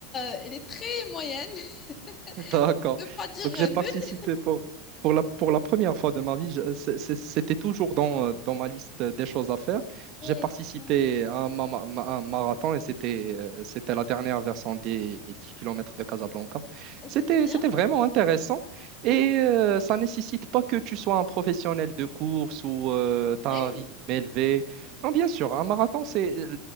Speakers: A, on the left; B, on the right.
A: euh, elle est très moyenne. <laughs>
B: D'accord.
A: Je veux pas dire
B: Donc
A: euh,
B: j'ai participé
A: nulle.
B: pour, pour la, pour la première fois de ma vie. je- c'est- c'est- C'était toujours dans, euh, dans ma liste des choses à faire.
A: Ouais,
B: J'ai participé
A: ouais.
B: à un, ma- ma- ma- un marathon et c'était euh, c'était la dernière version des 10 kilomètres de Casablanca.
A: Euh,
B: C'était
A: C'était bien.
B: c'était vraiment intéressant et
A: hein.
B: euh, ça nécessite pas que tu sois un professionnel de course ou
A: C'est
B: tu as
A: vrai.
B: un rythme élevé. Non, bien sûr, un marathon, c'est